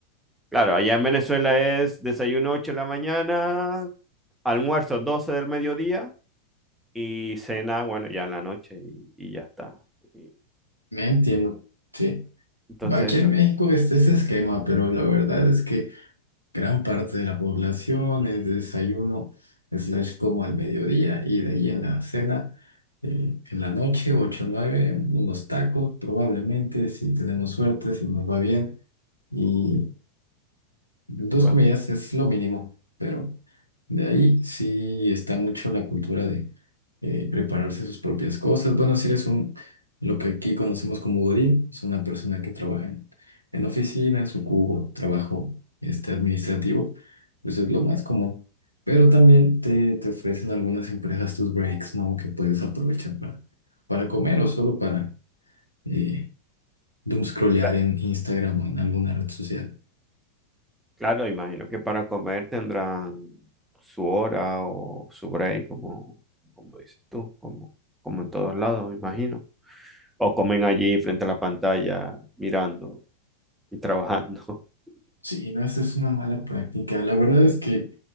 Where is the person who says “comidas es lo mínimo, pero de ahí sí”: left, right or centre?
Left